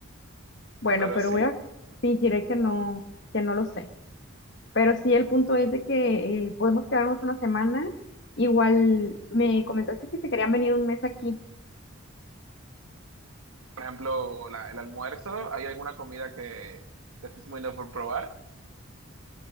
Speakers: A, on the left; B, on the right.
A: Bueno,
B: Pero
A: pero
B: sí.
A: voy a fingiré que no, que no lo sé. Pero sí, el punto es de que eh, podemos quedarnos una semana. Igual me comentaste que se querían venir un mes aquí,
B: Por ejemplo, la- el almuerzo, ¿hay alguna comida que te estés muriendo por probar?